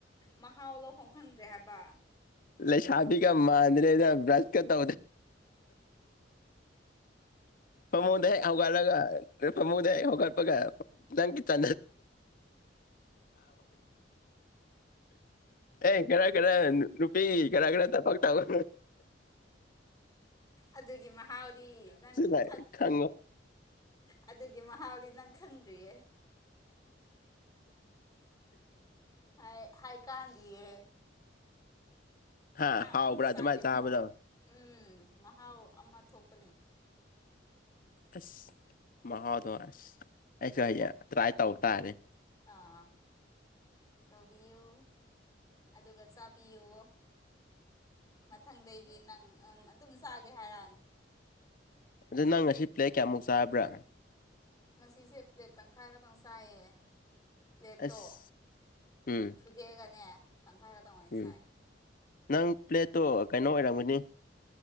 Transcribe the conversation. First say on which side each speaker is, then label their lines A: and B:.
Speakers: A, on the left; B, on the left.
A: ꯃꯍꯥꯎꯂꯣ ꯈꯣꯡ ꯈꯪꯗ꯭ꯔꯦ ꯍꯥꯏꯕ
B: ꯂꯩꯁꯥꯄꯤ ꯀ ꯃꯥꯗ꯭ꯔꯦꯗ ꯭ꯔꯁ ꯀ ꯇ ꯍꯃꯗ ꯍꯧꯧꯒꯂꯒ ꯃꯨꯗ ꯀꯄ ꯀꯪ ꯆ ꯑꯦ ꯈꯔ ꯈꯔ ꯅꯨꯨꯄꯤ ꯈꯔ ꯈꯔ ꯊ ꯐꯛ ꯇꯕ
A: ꯑꯗꯨꯒꯤ ꯃꯍꯥꯎꯗꯤ ꯅꯪ
B: ꯂꯩ
A: ꯈꯛ
B: ꯈꯪꯉꯣ
A: ꯑꯗꯨꯒꯤ ꯃꯍꯥꯎꯗꯤ ꯅꯪ ꯈꯪꯗ꯭ꯔꯤꯌꯦ ꯍꯥꯏꯥꯏꯀꯥꯟꯗꯤꯌꯦ
B: ꯍꯥ
A: ꯅꯪ
B: ꯍꯥꯎꯕ꯭ꯔꯥ
A: ꯑꯝꯇ
B: ꯑꯗꯨꯃꯥꯏꯅ
A: ꯆꯥꯗ꯭ꯔꯤꯕꯣ
B: ꯆꯥꯕꯗꯣ
A: ꯎꯝ ꯃꯍꯥꯎ ꯑꯃ ꯊꯣꯛꯄꯅꯤ
B: ꯑꯁ ꯃꯍꯥꯎꯗꯣ ꯑꯁ ꯑꯩꯁꯨ ꯍꯌꯦꯡ ꯇ꯭ꯔꯥꯏ ꯇꯧꯕ ꯇꯥꯔꯦ
A: ꯑꯥ ꯇꯧꯕꯤꯌꯨ ꯑꯗꯨꯒ ꯆꯥꯕꯤꯌꯨ ꯃꯊꯪꯗꯩꯗꯤ ꯅꯪ ꯑꯗꯨꯝ ꯆꯥꯒꯦ ꯍꯥꯏꯔꯛꯑꯅꯤ
B: ꯑꯗꯨꯗ ꯅꯪ ꯉꯁꯤ ꯄ꯭ꯂꯦ ꯀꯌꯥꯃꯨꯛ ꯆꯥꯕ꯭ꯔꯥ
A: ꯉꯁꯤꯁꯦ ꯄ꯭ꯂꯦꯠ ꯇꯪꯈꯥꯏ ꯈꯛꯇꯪ ꯆꯥꯏꯌꯦ ꯄ꯭ꯂꯦꯠꯇꯣ
B: ꯑꯁ ꯎꯝ
A: ꯊꯨꯗꯦꯛꯑꯒꯅꯦ ꯇꯪꯈꯥꯏ ꯈꯛꯇꯪ ꯑꯣꯏꯅ
B: ꯎꯝ
A: ꯆꯥꯏ
B: ꯅꯪ ꯄ꯭ꯂꯦꯠꯇꯣ ꯀꯩꯅꯣ ꯑꯣꯏꯔꯝꯒꯅꯤ